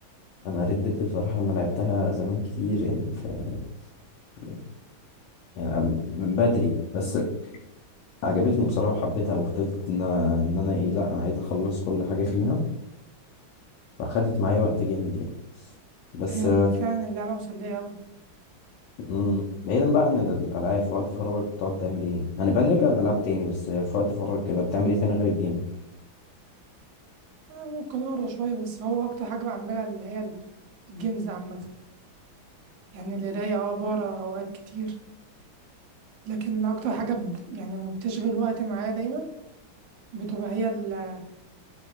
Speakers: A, on the left (about 75°); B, on the right (about 75°).
A: انا ردد بصراحه انا لعبتها زمان كتير يعني ف... ف... يعني أم- من بدري بس عجبتني بصراحه وحبيتها وفضلت ان ان انا ايه لا انا عايز اخلص كل حاجه فيها فاخدت معايا وقت جامد يعني بس
B: هي ال- فعلا اللعبة مسلية أوي
A: امم بعيدا بقى عن الالعاب في وقت فراغك بتقعد تعمل ايه يعني بقى نرجع للالعاب تاني بس في وقت فراغك كده بتعمل ايه تاني غير الجيم
B: أنا ممكن أقرا شوية بس هو أكتر حاجة بعملها اللي هي ال- الجيمز عامة يعني القراية اه بقرا أوقات كتير لكن أكتر حاجة ب... يعني بتشغل وقت معايا دايما بتبقى هي ال-